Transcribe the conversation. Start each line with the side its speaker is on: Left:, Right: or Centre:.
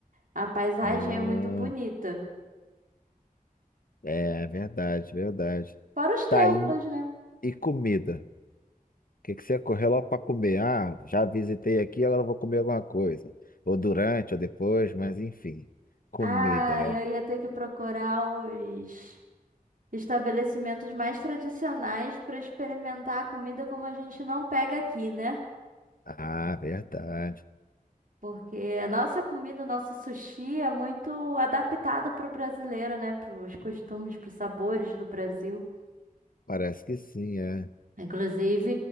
Right: A paisagem
Left: Ah,
Right: é muito bonita.
Left: é verdade, verdade.
Right: Fora os templos,
Left: Tá, e,
Right: né?
Left: e comida? O que que você correu logo para comer? Ah, já visitei aqui, agora eu vou comer alguma coisa. Ou durante, ou depois, mas enfim. Comida
Right: Ah,
Left: é.
Right: eu
Left: o-
Right: ia ter que procurar os estabelecimentos mais tradicionais para experimentar a comida como a gente não pega aqui, né?
Left: Ah, verdade.
Right: Porque a nossa comida, o nosso sushi é muito adaptado para o brasileiro, né? Para os costumes, para os sabores do Brasil.
Left: Parece que sim, é.
Right: Inclusive,